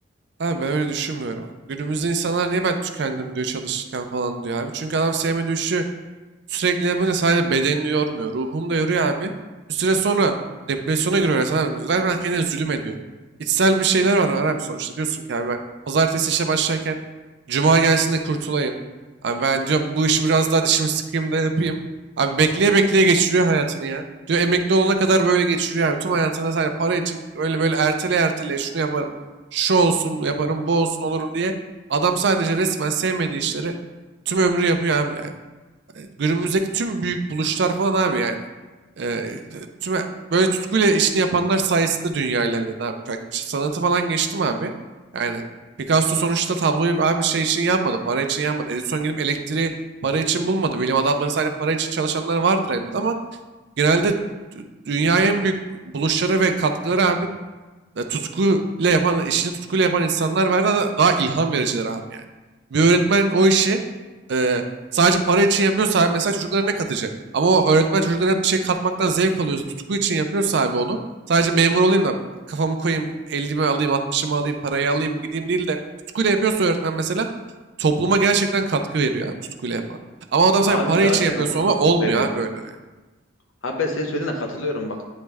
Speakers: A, on the right (about 60°); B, on the left (about 80°).
A: Abi ben öyle düşünmüyorum abi. Günümüzde insanlar niye ben tükendim diyor çalışırken falan diyor abi. Çünkü adam sevmediği işi Sürekli yapınca sadece bedenini yormuyor. Ruhunu da yoruyor abi. Bir süre sonra depresyona giriyor resmen abi. Zaten kendine zulüm ediyor. İçsel bir şeyler var, var abi sonuçta. Diyorsun ki abi ben pazartesi işe başlarken cuma gelsin de kurtulayım. Abi ben diyor bu işi biraz daha dişimi sıkayım da yapayım. Abi bekleye bekleye geçiriyor hayatını ya. Diyor emekli olana kadar böyle geçiriyor abi. Tüm hayatında sadece para için böyle böyle ertele ertele şunu yaparım. Şu olsun yaparım bu olsun olurum diye. Adam sadece resmen sevmediği işleri tüm ömrü yapıyor abi. Yani günümüzdeki tüm büyük buluşlar falan abi yani. E, tüm böyle tutkuyla işini yapanlar sayesinde dünya ilerledi abi. Bak, işte sanatı falan geçtim abi. Yani Picasso sonuçta tabloyu abi şey için yanmadı, para için yanmadı. Edison gidip elektriği para için bulmadı. Bilim adamları sadece para için çalışanlar vardır elbette ama genelde dü- dünyaya en büyük buluşları ve katkıları abi e, tutkuyla yapan, işini tutkuyla yapan insanlar var da daha ilham vericiler abi yani. Bir öğretmen o işi e, sadece para için yapıyorsa abi mesela çocuklara ne katacak? Ama o öğretmen çocuklara bir şey katmaktan zevk alıyorsa, tutku için yapıyorsa abi onu sadece memur olayım da kafamı koyayım, 50'mi alayım, 60'ımı alayım, parayı alayım gideyim değil de tutkuyla yapıyorsa öğretmen mesela topluma gerçekten katkı veriyor abi tutkuyla yapan. Ama adam sadece
B: Abi
A: para
B: zaten
A: için yapıyorsa
B: o katkı
A: ona olmuyor
B: veriyor.
A: abi böyle. yani.
B: Abi ben senin söylediğine katılıyorum bak.